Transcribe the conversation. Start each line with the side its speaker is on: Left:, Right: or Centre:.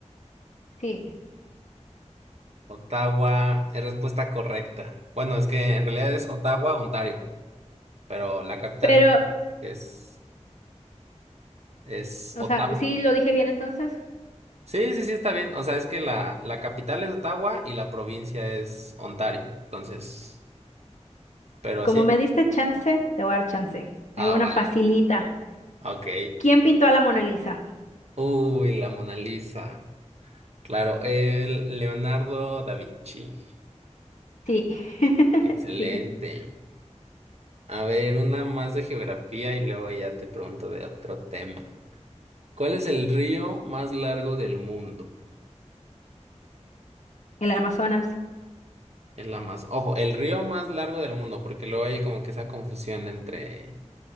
Left: sí.
Right: Ottawa es respuesta correcta. Bueno, es que en realidad es Ottawa, Ontario, pero la capital
Left: Pero,
Right: es, es
Left: o
Right: Ottawa.
Left: sea, sí lo dije bien entonces.
Right: Sí, sí, sí, está bien. O sea, es que la, la capital es Ottawa y la provincia es Ontario. Entonces, pero
Left: Como
Right: sí.
Left: me diste chance, te voy a dar chance.
Right: Ah,
Left: Ahí va una
Right: vale.
Left: facilita.
Right: Ok.
Left: ¿Quién pintó a la Mona Lisa?
Right: Uy, la Mona Lisa. Claro, el Leonardo da Vinci.
Left: Sí, <laughs>
Right: Excelente.
Left: sí,
Right: A ver, una más de geografía y luego ya te pregunto de otro tema. ¿Cuál es el río más largo del mundo?
Left: el Amazonas.
Right: Es la más, ojo, el río más largo del mundo, porque luego hay como que esa confusión entre